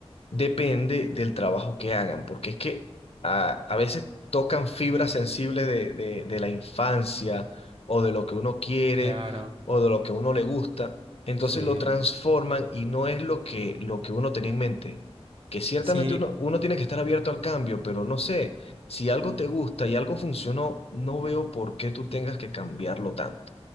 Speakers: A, on the left; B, on the right.
A: depende del trabajo que hagan, porque es que a, a veces tocan fibras sensibles de, de, de la infancia o de lo que uno quiere
B: Claro,
A: o de lo que a uno le gusta, entonces
B: sí.
A: lo transforman y no es lo que, lo que uno tenía en mente. Que ciertamente
B: Sí,
A: uno, uno tiene que estar abierto al cambio, pero no sé, si algo te gusta y algo funcionó, no veo por qué tú tengas que cambiarlo tanto.